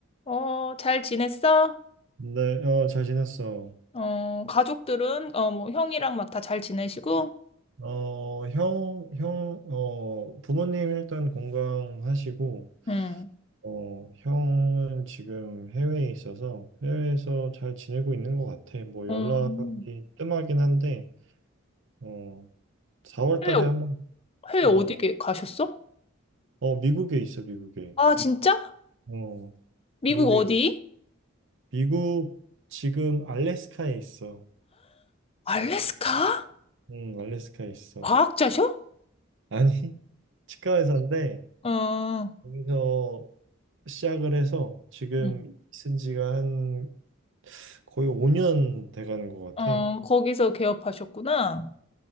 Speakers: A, on the left; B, on the right.
A: 어, 잘 지냈어?
B: 네, 어, 잘 지냈어.
A: 어, 가족들은, 어, 뭐, 형이랑 막 다 잘 지내시고,
B: 어, 형, 형, 어, 부모님 일단 건강하시고,
A: 응.
B: 어, 형은 지금 해외에 있어서 해외에서 잘 지내고 있는 것 같아. 뭐
A: 음,
B: 연락이 뜸하긴 한데, 어, 4월 달에
A: 해외,
B: 한번,
A: 해외
B: 어,
A: 어디
B: 나-
A: 게- 가셨어?
B: 어, 미국에 있어, 미국에.
A: 아, 진짜?
B: 어,
A: 미국
B: 미국에,
A: 어디?
B: 미국 지금 알래스카에 있어.
A: 알래스카?
B: 응, 알래스카에 있어.
A: 과학자셔?
B: 아니, <laughs> 치과사인데
A: 어,
B: 거기서 시작을 해서 지금
A: 응.
B: 쓴 지가 한 거의 5년 돼가는 것
A: 어,
B: 같아.
A: 거기서 개업하셨구나.